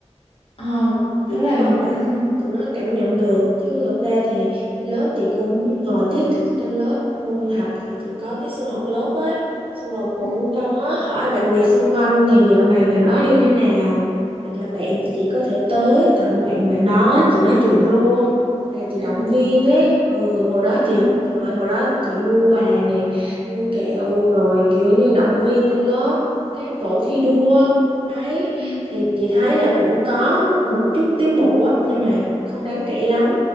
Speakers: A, on the left; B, on the right.
A: Ờ
B: Ừ, thì
A: thực
B: chị
A: ra là
B: cũng mong là
A: ừ
B: tụi nó cảm nhận được chứ thực ra thì trên lớp chị cũng ngồi tiết trên lớp môn học thì chị có tiết sinh hoạt lớp ấy xong rồi cũng
A: ừ
B: có hỏi bạn bè xung quanh thì dạo này bạn đó như thế nào hoặc là bạn chị có thể tới tặng bạn bạn đó chị nói chuyện luôn hay là chị động
A: ừ
B: viên ấy ừ hồi đó
A: yeah,
B: thì trời ơi, hồi đó chị mua quà nè mua kẹo rồi kiểu như động viên trên lớp các tổ thi đua đấy
A: ừ
B: thì chị thấy là cũng có một chút tiến bộ á nhưng mà không đáng kể lắm